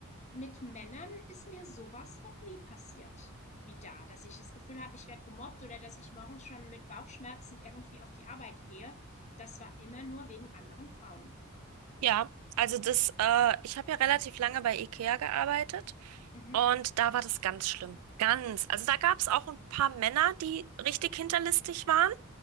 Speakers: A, on the left; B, on the right.
A: mit Männern ist mir sowas noch nie passiert wieder, dass ich das Gefühl habe, ich werde gemobbt oder dass ich morgens schon mit Bauchschmerzen irgendwie auf die Arbeit gehe. Das war immer nur wegen anderen Frauen.
B: Ja, also das, äh, ich habe ja relativ lange bei IKEA gearbeitet
A: Mhm.
B: und da war das ganz schlimm. Ganz. Also da gab es auch ein paar Männer, die richtig hinterlistig waren,